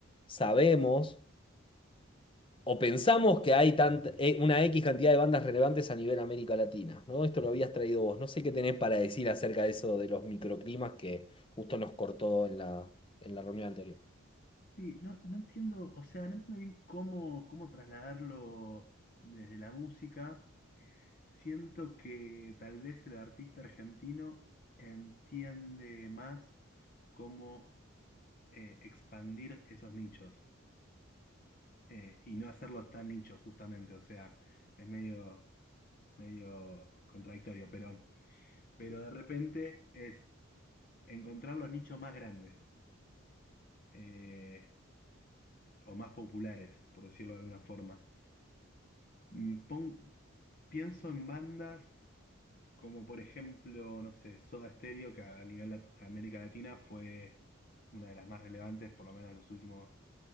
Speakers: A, on the left; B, on the left.
A: sabemos o pensamos que hay tant- eh, una X cantidad de bandas relevantes a nivel América Latina, ¿no? Esto lo habías traído vos. No sé qué tenés para decir acerca de eso de los microclimas que justo nos cortó en la, en la reunión anterior.
B: Sí, no, no entiendo, o sea, no entiendo bien cómo, cómo trasladarlo desde la música. Siento que tal vez el artista argentino entiende más cómo eh, expandir esos nichos eh, y no hacerlos tan nichos justamente, o sea, es medio, medio contradictorio, pero, pero de repente es encontrar los nichos más grandes. Eh, o más populares, por decirlo de alguna forma. Mm, pon- pienso en bandas como por ejemplo, no sé, Soda Stereo, que a nivel lat- América Latina fue una de las más relevantes, por lo menos en los últimos